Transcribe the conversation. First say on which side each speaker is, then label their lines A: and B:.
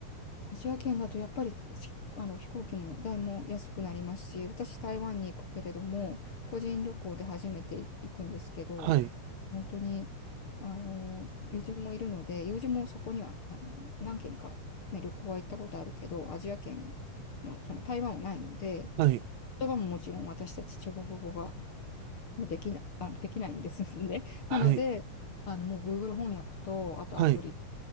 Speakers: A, on the left (about 45°); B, on the right (about 70°).
A: アジア圏だとやっぱりしあの飛行機も代も安くなりますし、私台湾に行くけれども、個人旅行で初めて行くんですけど、
B: はい、
A: 本当に、あの、友人もいるので、友人もそこには、あの、何軒か、ね、旅行は行ったことあるけど、アジア圏の、その台湾はないので、
B: はい、
A: 言葉ももちろん私たち中国語ができな、あの、できないんですね。<laughs>
B: はい、
A: なので、あの、もう Google 翻訳と、あとアプリ、
B: はい、